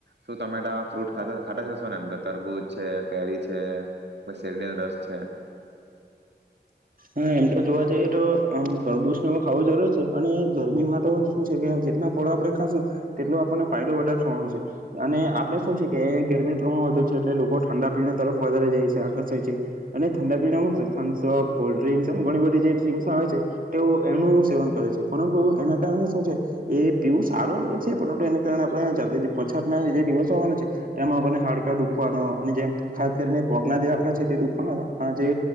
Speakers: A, on the right; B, on the right.
A: શું તમેટ ફ્રૂટ ખાતાા થશો ને એમ. તરબુજ. છે કેરી છે પછી શેરડીનો રસ છે.
B: હા એમ તો જોવા જઈએ તો આમ તરબૂચ ને એવું ખાવું જરૂર છે અને ગરમીમાં તો શું છે કે જેટલા ફળો આપડે ખાશું તેટલો આપણને ફાયદો વધારે થવાનો છે અને આપડે શું છે કે ગરમીનું પ્રમાણ વધુ છે એટલે લોકો ઠંડા પીણા તરફ વધારે જાય છે આકર્ષાય છે અને ઠંડા પી શ. કોલ્ડ્રીન્ક એમ ઘણી બધી જે ડ્રીસ આવે છે તે એમનું સેવન કરે છે પરંતુ એના કારણે શું છે એ પીવું સારું એમ છે પરંતુ એના કારણે આપણે પછાતના જે દિવસો આવવાના છે તેમાં આપને હાડકા દુખવાનો અને જેમ ખાસ કરીને પગના જે હાકા છે તે દુખવાના જે